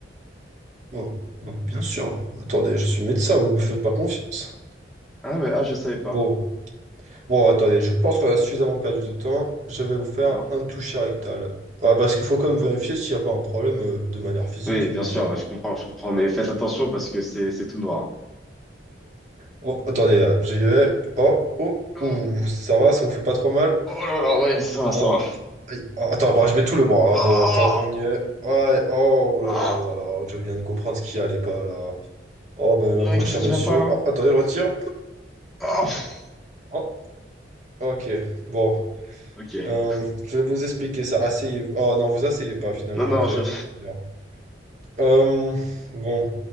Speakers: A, on the right (about 40°); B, in the centre.
A: Oh, bah, bien sûr. Attendez, je suis médecin, vous me faites pas confiance.
B: Ah, mais, ah, je savais pas.
A: Bon, bon, attendez, je pense qu'on a suffisamment perdu de temps. Je vais vous faire
B: D'accord,
A: un toucher rectal. Ah, parce qu'il faut quand
B: d'accord.
A: même vérifier s'il n'y a pas un problème euh, de manière physique,
B: Oui,
A: je
B: bien
A: veux
B: sûr,
A: dire.
B: je comprends, je comprends, mais faites attention parce que c'est c'est tout noir.
A: Oh, attendez, euh, j'y vais. Oh, oh,
B: hein.
A: ouh, ça va, ça vous fait pas trop mal?
B: Oh, oh là là, ouais, ça va,
A: Non.
B: ça va.
A: Aïe. Ah, Attends, bah, je mets tout le bras, hein,
B: Oh,
A: bon, tant qu'on y est. Ouais, oh oh là
B: oh,
A: là là là, je viens de comprendre ce qui allait pas là. Oh, ben là, mon
B: mais qu'est-ce
A: cher
B: qui
A: monsieur.
B: va pas là?
A: Oh, attendez, je retire.
B: Oh,
A: Oh, ok, bon.
B: ok.
A: Euh, je vais vous expliquer ça. Asseyez-vous. Oh non, vous asseyez pas finalement,
B: Non, non,
A: vous
B: je...
A: avez tout à dire. Euh, bon,